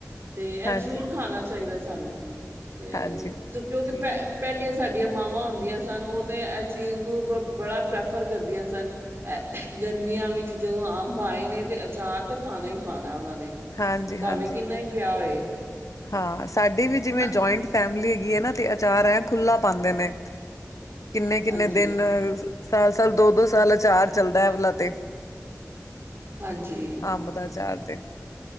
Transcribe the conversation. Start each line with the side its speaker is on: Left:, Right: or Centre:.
Right: ਤੇ ਇਹ
Left: ਹਾਂਜੀ
Right: ਜ਼ਰੂਰ ਖਾਣਾ ਚਾਹੀਦਾ ਸਾਨੂੰ। ਤੇ
Left: ਹਾਂਜੀ
Right: ਜੋ, ਕਿਉਂਕਿ
Left: ਠੀਕ
Right: ਪਹਿ
Left: ਹੈ
Right: ਪਹਿਲੀਆਂ ਸਾਡੀਆਂ ਮਾਵਾਂ ਹੁੰਦੀਆਂ ਸਨ, ਉਹ ਤੇ ਐਹ ਚੀਜ਼ ਨੂੰ ਬੜਾ ਪ੍ਰੈਫਰ ਕਰਦੀਆਂ ਸਨ। ਐ ਗਰਮੀਆਂ ਵਿੱਚ ਜਦੋਂ ਅੰਬ ਆਏ ਨੇ, ਤੇ ਅਚਾਰ ਤੇ ਪਾਉਣਾ ਹੀ ਪਾਉਣਾ ਉਹਨਾਂ ਨੇ।
Left: ਹਾਂਜੀ
Right: ਭਾਵੇਂ
Left: ਹਾਂਜੀ
Right: ਕਿੰਨਾ ਈ ਪਿਆ ਹੋਏ।
Left: ਹਾਂ, ਸਾਡੇ ਵੀ
Right: ਹੁਣ
Left: ਜਿਵੇਂ ਜੁਆਇੰਟ ਫੈਮਿਲੀ ਹੈਗੀ ਏ ਨਾ, ਤੇ ਅਚਾਰ ਐ, ਖੁੱਲ੍ਹਾ ਪਾਉਦੇ ਨੇ। ਕਿੰਨੇ- ਕਿੰਨੇ
Right: ਹਾਂਜੀ
Left: ਦਿਨ ਸਾਲ-ਸਾਲ, ਦੋ-ਦੋ ਸਾਲ ਆਚਾਰ ਚੱਲਦਾ ਇਹ ਵਾਲਾ ਤੇ।
Right: ਹਾਂਜੀ।
Left: ਅੰਬ ਦਾ ਅਚਾਰ ਤੇ